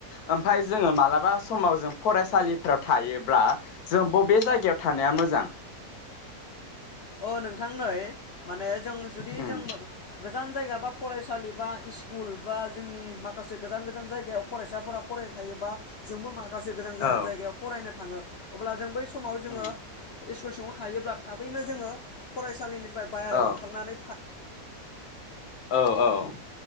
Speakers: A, on the left (about 80°); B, on the left (about 60°).
A: ओमफाय जोङो मालाबा समाव जों फरायसालिफ्राव थायोब्ला जों बबे जायगायाव थानाया मोजां?
B: अ नों थां नै माने जों जुदि
A: उम
B: जों गोजान जायगा बा फरायसा सालि बा इस्कुल बा जोंनि माखासे गोजान गोजान जायगायाव फरायसाफोरा फरायनो थायोबा जोंबो माखासे गोजान गोजान
A: औ
B: जायगायाव फरायनो थाङो अब्ला जों बै समाव जोङो
A: उम
B: इस्कुल सिङाव थायोब्लाब थाबैनो जोङो फरायसालिनिफ्राय बायेरायाव
A: औ
B: ओंखारनानै थां
A: औ औ